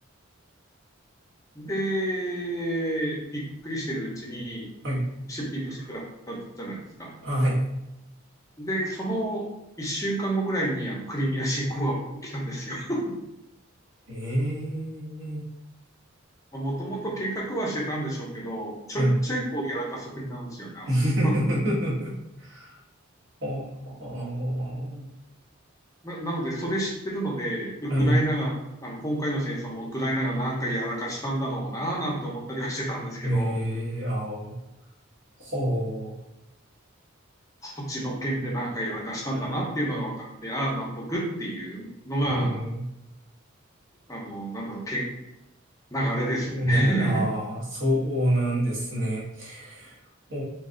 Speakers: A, on the left; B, on the right.
A: で、びっくりしてるうちに
B: はい。
A: 出品としてくだったじゃないですか。
B: あ、はい。
A: で、その一週間後ぐらいにあのクリミア侵攻が起きたんですよ。<laughs>
B: ええ
A: もともと計画はしてたんでしょうけど、ちょいちょいこうやらかす国なんですよね、
B: はい。
A: あそこ。
B: <laughs> お、お、
A: <laughs> ななので、それ知ってるので、ウクライナが、
B: はい。
A: あの今回の戦争もウクライナがなんかやらかしたんだろうな、なんて思ったりはしてたんですけど、
B: ええあ、ほ
A: そっちの件でなんかやらかしたんだなっていうのが分かって、
B: う。
A: ああ、納得っていうのが、
B: え
A: あの、なんだろう、け流れですね。
B: えながら、
A: <laughs>
B: ああ、そうなんですね。お